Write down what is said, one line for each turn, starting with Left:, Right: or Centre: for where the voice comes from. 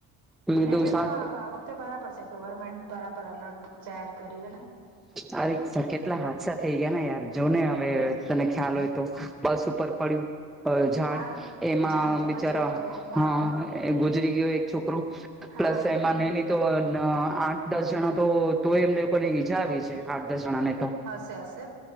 Centre: મેં કીધું
Right: એટલે
Centre: સા
Right: તો આ વખતે બરાબર છે ગવર્મેન્ટ બરાબર અલર્ટ જાહેર કર્યું હે ને
Centre: આ રીત ના કેટલા
Right: હમ
Centre: હાદસા થઈ ગયા ને યાર જો ને હવે. તને ખ્યાલ હોય તો બસ ઉપર પન. અ ઝાડ
Right: હા
Centre: એમાં
Right: ઝાડ
Centre: બિચારા
Right: છોકરો એક હા
Centre: હ ગુજરી ગયયો એક છોકરો
Right: હા
Centre: પ્લસ એમાં ન તો આઠ દસ જણા તો તોય એમનેને ઈજા આવી છે. આઠ દસ જણાને તો
Right: હશે હશે